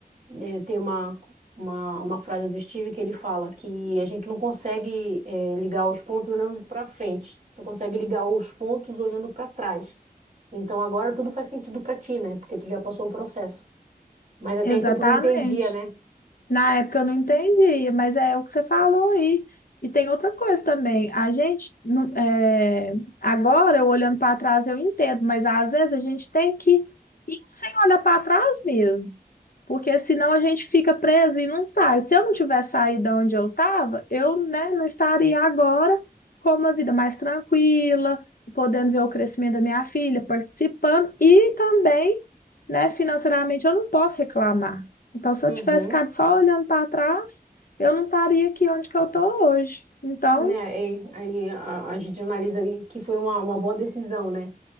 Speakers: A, on the right (about 45°); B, on the left (about 60°).
A: eh, tem uma, uma, uma frase do Steve que ele fala que a gente não consegue eh, ligar os pontos olhando para frente, só consegue ligar os pontos olhando para trás. Então agora tudo faz sentido para ti, né? Porque tu já passou o processo. Mas até
B: Exatamente.
A: então tu não entendia, né?
B: Na época eu não entendia, mas é o que você falou aí. E tem outra coisa também. A gente, não- é, agora, eu olhando para trás, eu entendo, mas às vezes a gente tem que ir sem olhar para trás mesmo. Porque senão a gente fica preso e não sai. Se eu não tivesse saído da onde eu estava, eu, né, não estaria agora com uma vida mais tranquila, podendo ver o crescimento da minha filha, participando e também, né, financeiramente eu não posso reclamar. Então, se eu
A: Uhum.
B: tivesse ficado só olhando para trás, eu não estaria aqui onde que eu estou hoje. Então,
A: Né? E, aí a, a gente analisa aí que foi uma, uma boa decisão, né?